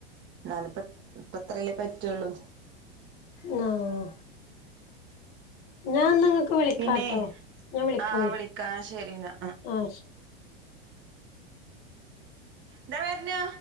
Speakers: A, on the right; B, on the left.
A: ന്നാലും പ്പ ഇപ്പത്രല്ലേ പറ്റിള്ളൂ
B: ന്നാഹ് ഞാൻ ന്ന ഇങ്ങക്ക് വിളിക്കാട്ടോ
A: പിന്നെ
B: ഞാൻ വിളിക്കാം
A: ആഹ്
B: വിളിക്കാ
A: ശരി എന്നാ
B: ആഹ് ശരി
A: താ വരുനു